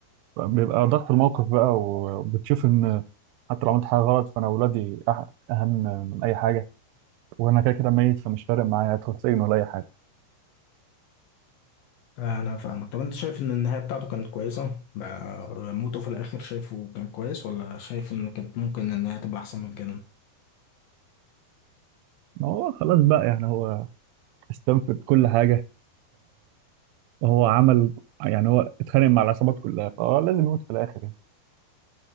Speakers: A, on the right; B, on the left.
A: بيبقى ضغط الموقف بقى وبتشوف ان حتى لو عملت حاجه غلط فانا اولادي أح- اهم من اي حاجه وانا كده كده ميت فمش فارق معايا ادخل سجن ولا اي حاجه
B: أنا فاهمك طب أنت شايف إن النهاية بتاعته كانت كويسة بقى موته في الآخر شايفه كان كويس ولا شايف إن كانت ممكن النهاية تبقى أحسن من كده
A: ما هو خلاص بقى يعني هو استنفذ كل حاجه هو عمل يعني هو اتخانق مع العصابات كلها فهو لازم يموت في الاخر يعني.